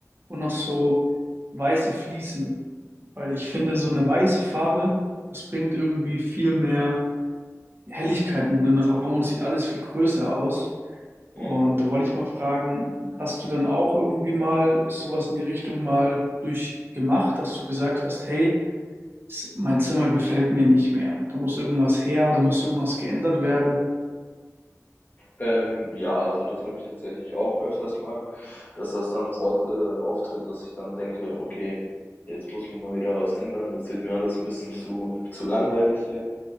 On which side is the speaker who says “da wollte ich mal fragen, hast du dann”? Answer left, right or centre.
Right